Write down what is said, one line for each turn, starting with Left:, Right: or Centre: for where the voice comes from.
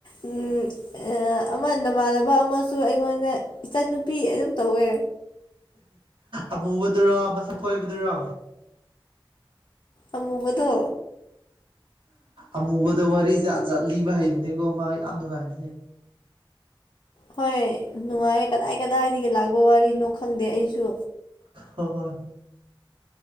Left: ꯎꯃ ꯑꯥ ꯑꯃ ꯅꯃꯥꯟꯅꯕ ꯑꯃꯁꯨ ꯑꯩꯉꯣꯟꯗ ꯏꯆꯟꯅꯨꯄꯤ ꯑꯗꯨꯝ ꯇꯧꯋꯦ
Right: ꯑꯃꯨꯕꯗꯨꯔꯣ ꯃꯁꯝ ꯀꯣꯏꯕꯗꯨꯔꯣ
Left: ꯑꯃꯨꯕꯗꯣ
Right: ꯑꯃꯨꯕꯗ ꯋꯥꯔꯤ ꯖꯥꯠꯖꯠ ꯂꯤꯕ ꯍꯩꯕꯅꯦꯀꯣ ꯃꯥ ꯌꯥꯝ ꯅꯨꯡꯉꯥꯏꯕꯅꯦ
Left: ꯍꯣꯏ ꯅꯨꯡꯉꯥꯏ ꯀꯗꯥꯏ ꯀꯗꯥꯏꯗꯒꯤ ꯂꯥꯛꯄ ꯋꯥꯔꯤꯅꯣ ꯈꯪꯗꯦ ꯑꯩꯁꯨ
Right: ꯍꯣꯏ ꯍꯣꯏ